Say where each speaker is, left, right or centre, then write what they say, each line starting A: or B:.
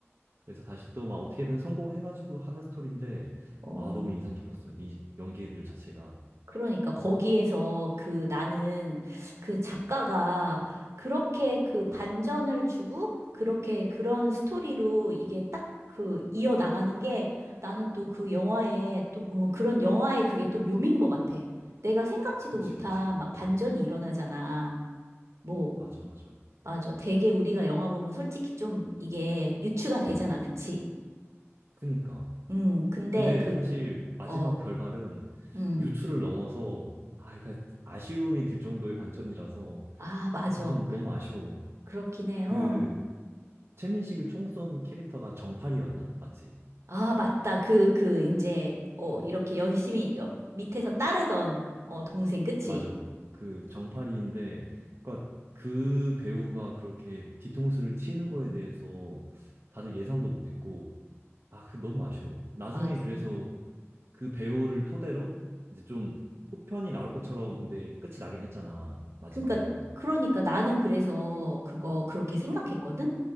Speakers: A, on the right; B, on the right.
A: 그래서 다시 또 막 어떻게든 성공해가지고 하는 스토리인데
B: 어.
A: 아 너무 인상 깊었어요. 이 연기들 자체가.
B: 그러니까 거기에서 그 나는 그 작가가 그렇게 그 반전을 주고 그렇게 그런 스토리로 이게 딱 그 이어나가는 게 나는 또 그 영화에 또 보면 그런 영화의 그게 또 묘미인 것 같아. 내가 생각지도
A: 그치
B: 못한
A: 그치.
B: 막 반전이 일어나잖아. 뭐,
A: 맞아 맞아.
B: 맞아. 되게 우리가 영화 보면 솔직히 좀 이게 유추가 되잖아. 그치?
A: 그니까.
B: 음, 근데
A: 근데
B: 그,
A: 사실 마지막
B: 어,
A: 결말은
B: 음,
A: 유추를 넘어서 아, 그러 아쉬움이 들 정도의 반전이라서
B: 아, 맞아.
A: 아, 좀
B: 그-
A: 너무 아쉬워.
B: 그렇긴 해,
A: 그
B: 응.
A: 최민식을 총 쏜 캐릭터가 정팔이었나? 맞지?
B: 아, 맞다. 그, 그, 이제, 어, 이렇게 열심히 여, 밑에서 따르던, 어, 동생, 그치?
A: 맞아. 그 정팔이인데 그러니까 그 배우가 그렇게 뒤통수를 치는 거에 대해서 다들 예상도 못했고 아, 그 너무 아쉬워. 나중에
B: 맞,
A: 그래서 그 배우를 토대로 이제 좀 후편이 나올 것처럼 근데 끝이 나긴 했잖아. 마지막에는.
B: 그러니까, 그러니까 나는 그래서 그거 그렇게 생각했거든?